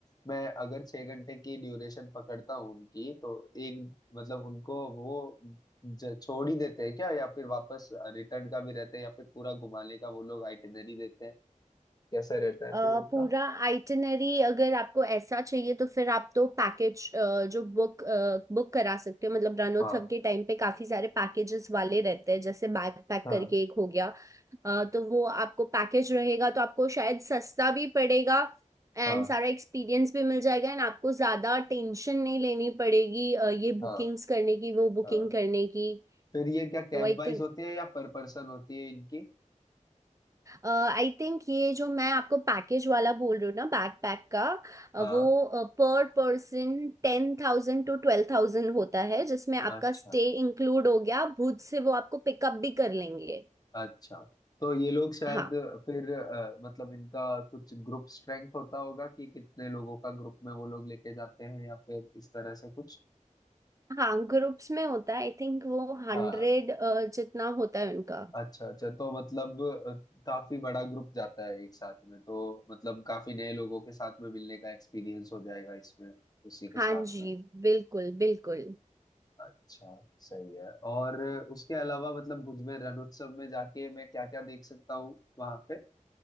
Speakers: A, on the left; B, on the right.
A: मैं अगर छह घंटे की ड्यूरेशन पकड़ता हूँ उनकी तो एक मतलब उनको वो ज- छोड़ ही देते हैं क्या या फिर वापस रिटर्न का भी रहता है या फिर पूरा घुमाने का वो लोग आइटिनरी देते हैं कैसा रहता है
B: अ,
A: फिर उनका
B: पूरा आइटिनरी अगर आपको ऐसा चाहिए तो फिर आप तो पैकेज जो बुक बुक करा सकते हो मतलब रणोत्सव
A: हाँ
B: के टाइम पे काफी सारे पैकेजेस वाले रहते हैं जैसे बैकपैक
A: हाँ
B: करके एक हो गया अ, तो वो आपको पैकेज रहेगा तो आपको शायद सस्ता भी पड़ेगा एंड
A: हाँ
B: सारा एक्सपीरियंस भी मिल जाएगा एंड आपको ज़्यादा टेंशन नहीं लेनी पड़ेगी अ, ये बुकिंग्स
A: हाँ
B: करने की वो बुकिंग
A: हाँ
B: करने की
A: फिर ये क्या कैब
B: तो आई
A: वाइज
B: थिंक
A: होती है या पर पर्सन होती है इनकी
B: आई थिंक ये जो मैं आपको पैकेज वाला बोल रही हूँ ना बैकपैक का अ,
A: हाँ
B: वो पर पर्सन टेन थाउजेंड टू ट्वेल्व थाउजेंड होता है जिसमें आपका
A: अच्छा
B: स्टे इंक्लूड हो गया भुज से वो आपको पिकअप भी कर लेंगे
A: अच्छा तो ये लोग शायद
B: हाँ
A: फिर अ, मतलब इनका कुछ ग्रुप स्ट्रेंथ होता होगा कि कितने लोगों का ग्रुप में वो लोग लेके जाते हैं या फिर इस तरह से कुछ
B: हाँ ग्रुप्स में होता है आई थिंक वो हंड्रेड
A: हाँ
B: जितना होता है उनका
A: अच्छा अच्छा तो मतलब अ, काफी बड़ा ग्रुप जाता है एक साथ में तो मतलब काफी नए लोगों के साथ में मिलने का एक्सपीरियंस हो जाएगा इसमें उसी के
B: हाँ
A: साथ
B: जी
A: में
B: बिल्कुल बिल्कुल
A: अच्छा सही है और उसके अलावा मतलब भुज में रण उत्सव में जाके मैं क्या क्या देख सकता हूँ वहां पे